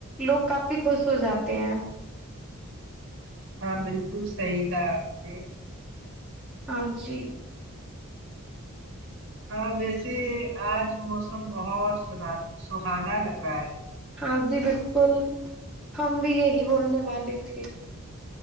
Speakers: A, in the centre; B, on the right (about 55°).
A: لوگ کافی خوش ہو جاتے ہیں
B: ہاں بالکل صحیح کہا آپ نے
A: ہاں جی
B: ہاں ویسے آج موسم بہت س سہانا لگ رہا ہے
A: ہاں جی بالکل ہم بھی یہی بولنے والے تھے